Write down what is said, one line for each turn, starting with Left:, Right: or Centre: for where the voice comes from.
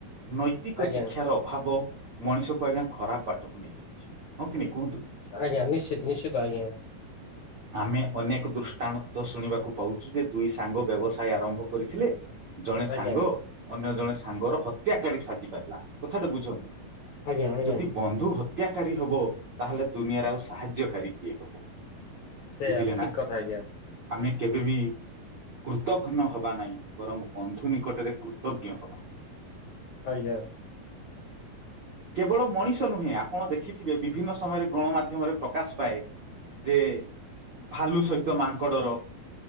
Right: ନୈତିକ
Left: ଆଜ୍ଞା।
Right: ଶିକ୍ଷାର ଭାବ ମଣିଷକୁ ଆଜ୍ଞା ଖରାପ ବାଟକୁ ନେଇଯାଉଛି ହଁ କି ନା କୁହନ୍ତୁ?
Left: ଆଜ୍ଞା ନିଶ୍ଚିତ ନିଶ୍ଚିତ ଆଜ୍ଞା।
Right: ଆମେ ଅନେକ ଦୃଷ୍ଟାନ୍ତ ଶୁଣିବାକୁ ପାଉଛୁ ଯେ ଦୁଇ ସାଙ୍ଗ ବ୍ୟବସାୟ ଆରମ୍ଭ କରିଥିଲେ। ଜଣେ
Left: ଆଜ୍ଞା
Right: ସାଙ୍ଗ ଅନ୍ୟ ଜଣେ ସାଙ୍ଗର ହତ୍ୟାକାରୀ ସାଜି ପାରିଲା କଥାଟା ବୁଝନ୍ତୁ।
Left: ଆଜ୍ଞା ଆଜ୍ଞା
Right: ଯଦି ବନ୍ଧୁ ହତ୍ୟାକାରୀ ହବ ତାହେଲେ ଦୁନିଆରେ ଆଉ ସାହାଯ୍ୟକାରୀ କିଏ ହବ
Left: ସେଇଆ
Right: ବୁଝିଲେ
Left: ଠିକ
Right: ନା
Left: କଥା ଆଜ୍ଞା।
Right: ଆମେ କେବେ ବିି କୃତଘ୍ନ ହବା ନାହିଁ ବରଂ ବନ୍ଧୁ ନିକଟରେ କୃ କୃତଜ୍ଞ ହେବା।
Left: ଆଜ୍ଞା।
Right: କେବଳ ମଣିଷ ନୁହେଁ ଆପଣ ଦେଖିଥିବେ ବିଭିନ୍ନ ସମୟରେ ଗଣମାଧ୍ୟମରେ ପ୍ରକାଶ ପାଏ ଯେ ଭାଲୁ ସହିତ ମାଙ୍କଡର